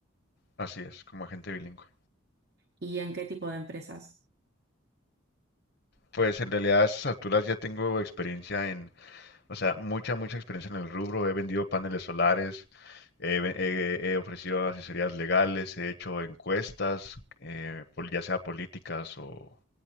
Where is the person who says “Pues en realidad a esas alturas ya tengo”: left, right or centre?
Left